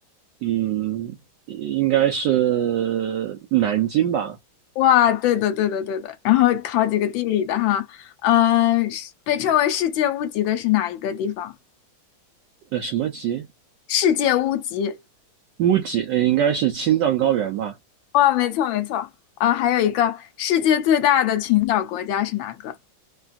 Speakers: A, on the right; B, on the left.
A: 嗯，应该是南京吧？
B: 哇，对的，对的，对的。然后考几个地理的哈，嗯，是被称为世界屋脊的是哪一个地方？
A: 呃，什么级？
B: 世界屋脊。
A: 乌级？呃，应该是青藏高原吧？
B: 哇，没错，没错。啊，还有一个世界最大的群岛国家是哪个？